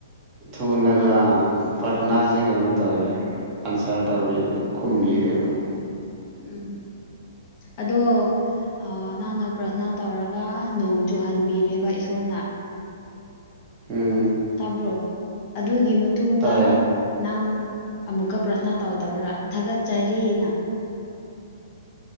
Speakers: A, on the right; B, on the left.
A: ꯊꯨꯅꯒ꯫ ꯄꯥꯔꯊꯅꯥꯁꯦ ꯀꯩꯅꯣ ꯇꯧꯋꯦ ꯑꯟꯁꯔ ꯇꯧꯕꯤꯔꯦ꯫ ꯈꯨꯝꯕꯤꯔꯦꯕ
B: ꯎꯝ ꯎꯝ ꯑꯗꯣ ꯑ ꯅꯪꯅ ꯄ꯭ꯔꯊꯅꯥ ꯇꯧꯔꯒ ꯅꯣꯡ ꯆꯨꯍꯟꯕꯤꯔꯦꯕ ꯏꯁꯣꯔꯅ
A: ꯎꯝ
B: ꯇꯥꯕ꯭ꯔꯣ ꯑꯗꯨꯒꯤ ꯃꯇꯨꯡꯗ꯫
A: ꯇꯥꯏ
B: ꯅꯪ ꯑꯃꯨꯛꯀ ꯄ꯭ꯔꯊꯅꯥ ꯇꯧꯗꯕ꯭ꯔꯥ ꯊꯥꯒꯠꯆꯔꯤꯅ꯫